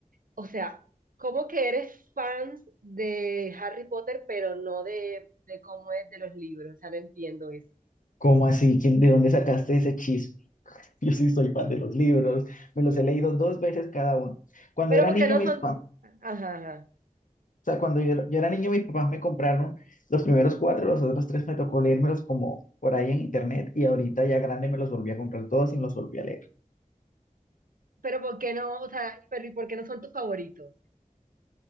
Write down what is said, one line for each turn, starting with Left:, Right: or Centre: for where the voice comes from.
Right: o sea, ¿cómo que eres fan de Harry Potter, pero no de, de cómo es de los libros? O sea, no entiendo eso.
Left: ¿Cómo así? ¿Quién- de dónde sacaste ese chisme? <laughs> Yo sí soy fan de los libros, me los he leído dos veces cada uno. Cuando
Right: Pero
Left: era
Right: ¿por
Left: niño,
Right: qué no
Left: mis,
Right: son?
Left: pa-
Right: Ajá, ajá.
Left: sea, cuando yo, yo era niño, mis papás me compraron los primeros cuatro, los otros tres me tocó leérmelos como por ahí en internet y ahorita ya grande me los volví a comprar todos y me los volví a leer.
Right: Pero ¿por qué no? O sea, pero ¿y por qué no son tus favoritos?